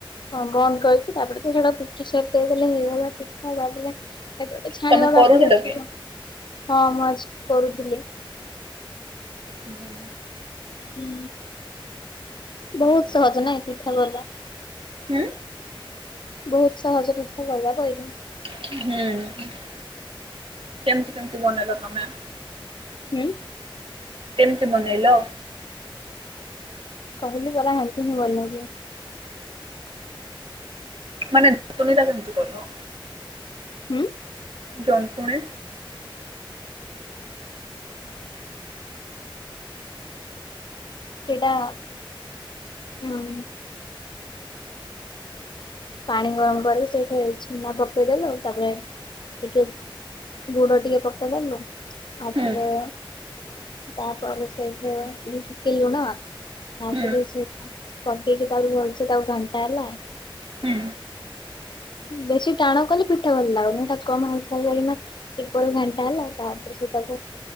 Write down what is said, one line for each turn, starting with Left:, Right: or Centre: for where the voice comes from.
Left: ହଁ ବନ୍ଦ କରିଛି ତାପରେ ତ ସେଟାକୁ ପିଠା ସେଟ୍ ଦେଇଦେଲେ ହେଇଗଲା ପିଠା ତାପରେ ସେଟା ଗୋଟେ ଛାଣିବା
Right: ତମେ କରୁଥିଲ
Left: ବାକି ଅଛି ହଁ ମୁ ଆଜି କରୁଥିଲି।
Right: ହୁଁ।
Left: ହୁଁ ବୋହୁତ ସହଜ ନାଇଁ ପିଠା କରବା।
Right: ହୁଁ
Left: ବହୁତ ସହଜ ପିଠା କରିବା କହିଲି।
Right: ହୁଁ। କେମିତି କେମିତି ବନେଇଲ ତମେ।
Left: ହୁଁ।
Right: କେମିତି ବନେଇଲ।
Left: କହିଲି ପରା ହେମତୀ ହିଁ ବେନେଇବି।
Right: ମାନେ ଜନ୍ତୁନି ଟା କେମିତି କଲ।
Left: ହୁଁ।
Right: ଜନ୍ତପଣେ।
Left: ସେଟା ହୁଁ। ପାଣି ଗରମ କରିକି ସେଇଥିରେ ଚୁନା ପକେଇଦେଲୁ ତାପରେ ଟିକେ ଗୁଡ ଟିକେ ପକେଇ ଦେଲୁ ତାପରେ
Right: ହୁଁ
Left: ତାପରେ ସେଇଥିରେ ଟିକେ ଲୁଣ। ତାପରେ
Right: ହୁଁ
Left: ସେ ପକେଇକି ତାପରେ ଭଲସେ ତାକୁ ଘାଣ୍ଟା ହେଲା।
Right: ହୁଁ
Left: ବେଶୀ ଟାଣ କଲେ ପିଠା ଭଲ ଲାଗୁନି ଏଟା କମ ହାଲକା ଯା ମ ଇକ୍ୱାଲ ଘାଣ୍ଟା ହେଲା ତାପରେ ସେଟାକୁ